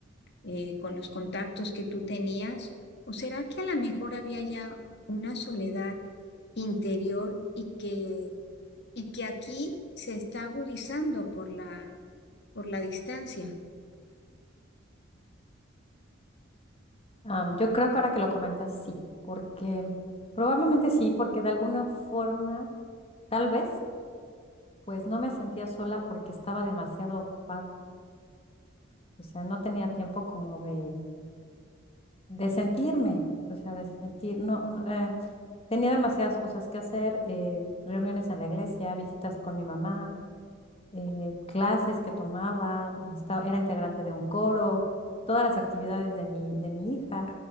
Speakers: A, on the left; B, on the left.
A: eh, con los contactos que tú tenías? ¿O será que a lo mejor había ya una soledad interior y que, y que aquí se está agudizando por la, por la distancia?
B: Am, yo creo que ahora que lo comentas, sí, porque probablemente sí, porque de alguna forma, tal vez, pues no me sentía sola porque estaba demasiado ocupada, o sea, no tenía tiempo como de, de sentirme, o sea, de sentir, no, no, eh, tenía demasiadas cosas que hacer, eh, reuniones en la iglesia, visitas con mi mamá, eh, clases que tomaba, estaba- era integrante de un coro, todas las actividades de mi, de mi hija.